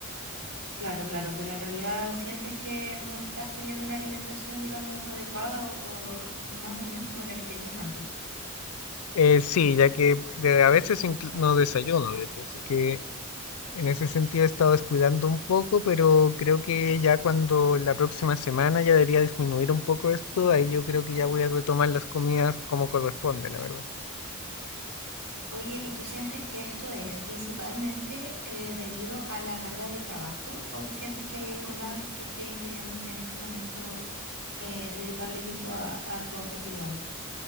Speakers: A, on the right; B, on the left.
A: Claro, claro, pero en realidad sientes que no estás teniendo una alimentación, digamos, adecuada o, o más o menos como la que tenías antes.
B: Eh, sí, ya que de- a veces inclu- no desayuno, de hecho, así que En ese sentido he estado descuidando un poco, pero creo que ya cuando la próxima semana ya debería disminuir un poco esto, ahí yo creo que ya voy a retomar las comidas como corresponde, la verdad.
A: Oye, ¿y tú sientes que esto es principalmente eh, debido a la carga de trabajo o sientes que hay algo más que esté impidiéndote en este momento eh, dedicarle tiempo a a tu autocuidado?